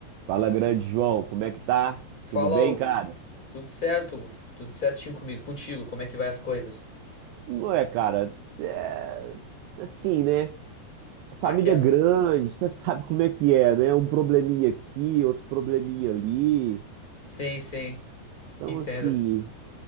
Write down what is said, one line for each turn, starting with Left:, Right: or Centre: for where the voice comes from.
Right: Fala, grande João, como é que tá?
Left: Fala,
Right: Tudo bem,
Left: Hugo.
Right: cara?
Left: Tudo certo, Hugo? Tudo certinho comigo, contigo? Como é que vai as coisas?
Right: Não é, cara? É assim, né? A Família
Left: Naquelas?
Right: é grande, você <laughs> sabe como é que é, né? Um probleminha aqui, outro probleminha ali.
Left: Sim, sim,
Right: Então,
Left: entendo.
Right: assim,